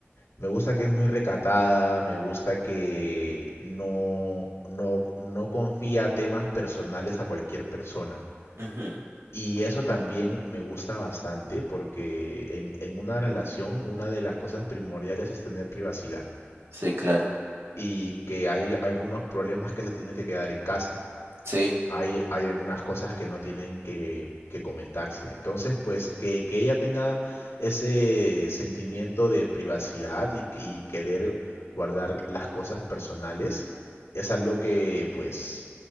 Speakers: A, on the left; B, on the right.
A: Me gusta que es muy recatada, me gusta que no, no, no confía temas personales a cualquier persona.
B: Mhm.
A: Y eso también me gusta bastante porque en, en una relación una de las cosas primordiales es tener privacidad
B: Sí, claro,
A: y que hay algunos problemas que se tienen que quedar en casa
B: sí,
A: hay, hay algunas cosas que no tienen que, que comentarse. Entonces, pues que, que ella tenga ese sentimiento de privacidad y, y querer guardar las cosas personales es algo que pues